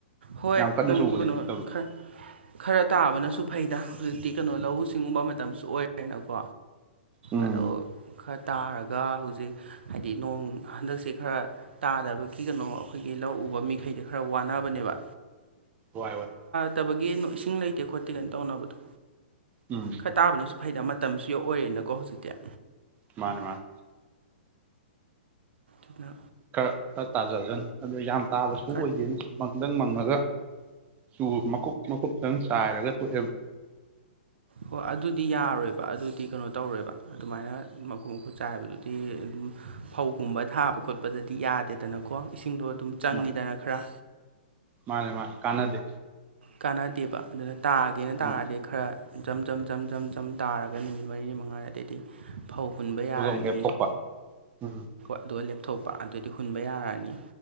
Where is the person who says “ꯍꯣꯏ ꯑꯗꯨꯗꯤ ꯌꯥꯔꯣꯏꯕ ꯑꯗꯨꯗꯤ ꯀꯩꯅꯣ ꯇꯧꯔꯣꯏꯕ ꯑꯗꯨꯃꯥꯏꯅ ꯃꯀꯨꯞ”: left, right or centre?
Right